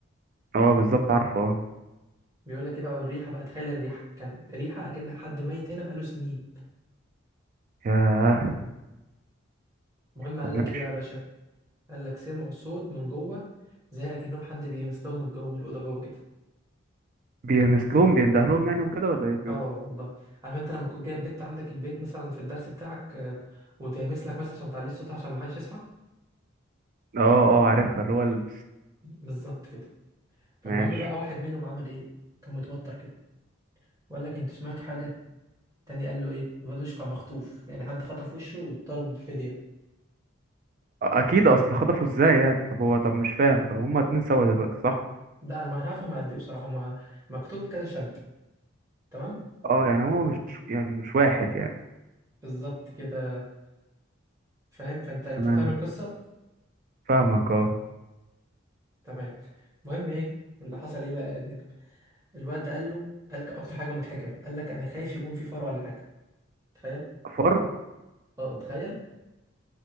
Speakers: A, on the right; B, on the right.
A: اه بالظبط عارفه اه
B: بيقول لك ايه بقى والريحة بقى تخلي الريحة كان ريحة اكن حد ميت هنا بقاله سنين
A: ياه
B: المهم قال
A: طب
B: لك
A: ماشي
B: ايه بقى يا باشا قال لك سمعوا صوت من جوه زي اكنهم حد بيهمستهم من جوه من الأوضة جوه كده
A: بيمثلهم بيندهلهم يعني وكده ولا ايه
B: اه والله عارف انت لما تكون جايب بت عندك البيت مثلا في الدرس بتاعك آه، وتهمس لك مثلا عشان ما تعليش صوتها عشان ما حدش يصحى
A: اه اه عارفها اللي هو ال-
B: بالظبط كده فالمهم
A: ماشي
B: بقى واحد منهم عمل ايه كان متوتر كده وقال لك انتوا سمعتوا حاجة تاني قال له ايه الواد وشه كان مخطوف يعني حد خطف وشه وطلب فدية
A: اكيد اصل خطفوا ازاي يعني طب هو طب مش فاهم طب هما اتنين سوا دلوقتي صح
B: لا انا مش عارف هم قد ايه بصراحه هم مكتوب كذا شاب تمام
A: اه يعني هو مش يعني مش واحد يعني
B: بالظبط كده فاهم فانت انت
A: تمام
B: فاهم القصه
A: فاهمك اه
B: تمام المهم ايه اللي حصل ايه بقى يا نجم؟ الواد قال له قال ك- اكتر حاجه مضحكه قال لك انا خايف يكون في فار ولا حاجه تخيل
A: فر
B: اه تخيل